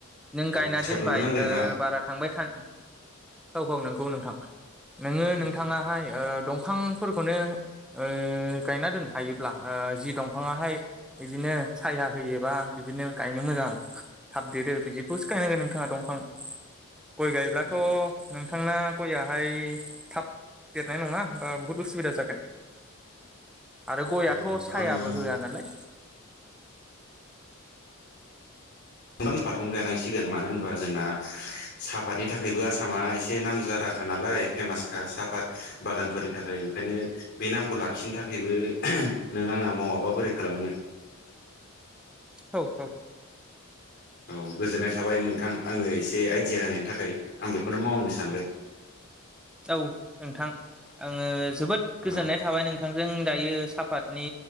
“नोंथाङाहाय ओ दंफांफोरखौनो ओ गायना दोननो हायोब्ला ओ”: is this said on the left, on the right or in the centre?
Centre